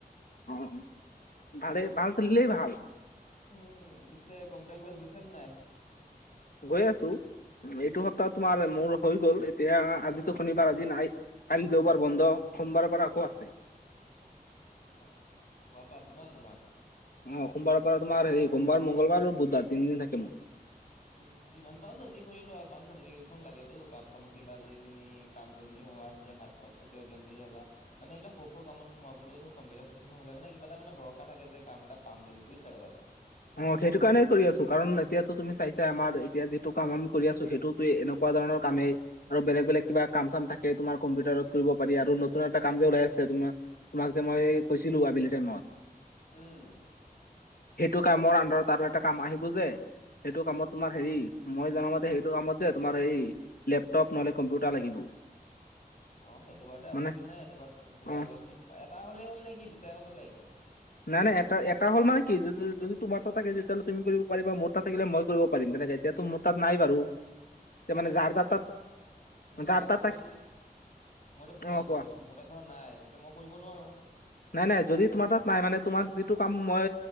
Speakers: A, on the left (about 70°); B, on the left (about 50°).
A: অ ভালে ভাল চলিলে ভাল।
B: উম, পিছে কম্পিউটাৰ ক্লাছ গৈছা নে নাই?
A: গৈ আছো এইটো সপ্তাহ তোমাৰ মোৰ হৈ গ'ল এতিয়া আজিতো শনিবাৰ আজি নাই। কালি দেওবাৰ বন্ধ সোমবাৰৰ পৰা আকৌ আছে।
B: অ', সোমবাৰৰ পা আছে ন' তোমাৰ?
A: অহ, সোমবাৰ পৰা তোমাৰ হেৰি সোমবাৰ মংগলবাৰ আৰু বুধবাৰ তিনদিন থাকে মোৰ।
B: এ যিমান পাৰা জল্দি কৰিলোৱা আৰু কাৰণ চাৰ্টিফিকেটখন লাগেটো কাম চামত কিবা যি তুমি কাম কৰিম বুলি ভাবা নিজা হাত খৰচ টোকে উলিয়াম বুলি ভাবা। মানে এইবিলাক সৌ- সৌ কামত সোমাবলৈও ধৰ কম্পিউটাৰ চাৰ্টিফিকেটখন হলে মানে কিবা এটা মানে ভৰসা থাকে যে কাম এটা পাম বুলি বুইছা কথাটো।
A: অহ, সেইটো কাৰণে কৰি আছো কাৰণ এতিয়াতো তুমি চাইছা আমাৰ এতিয়া যিটো কাম আমি কৰি আছো সেইটো টোৱে এনেকুৱা ধৰণৰ কামেই। আৰু বেলেগ -বেলেগ কিবা কাম চাম থাকে তোমাৰ কম্পিউটাৰত কৰিব পাৰি আৰু নতুন এটা কাম যে ওলাই আছে তোমাৰ তোমাক যে মই কৈছিলো আবেলি টাইমত।
B: উম।
A: সিটো কামৰ আন্দাৰত আৰু এটা কাম আহিব যে সেইটো কামত তোমাৰ হেৰি মই জনামতে সেইটো কামত যে তোমাৰ এই লেপটপ ন'হলে কম্পোটা লাগিব।
B: অহ, সেইটো বাৰোতে আপত্তি
A: মানে
B: নাই সেইটো বাত যোগাৰ
A: অ
B: কৰি <unintelligible> এটা হলেই হ'ল নেকি দুটা এটাতে লাগিব?
A: নাই- নাই এটা এটা হ'ল মানে কি যদি -যদি তোমাৰ এটা থাকে তেতিয়াহ'লে তুমি কৰিব পাৰিবা মোৰ তাত থাকিলে মই কৰিব পাৰিম তেনেকে এতিয়া তো মোৰ তাত নাই বাৰু। এতিয়া
B: মোৰ
A: মানে
B: তাত যদি
A: যাৰ তাৰ
B: নাথাক মোৰ
A: যাৰ
B: যা
A: তাৰ
B: মোৰ
A: তাক
B: তাত যদি। মইতো শুনা
A: অ
B: মই
A: কোৱা
B: কৈ আছো মোৰ তাত ধৰ নাই তেতিয়া মই কৰিব নোৱাৰো।
A: নাই- নাই যদি তোমাৰ তাত নাই মানে তোমাক যিটো কাম মই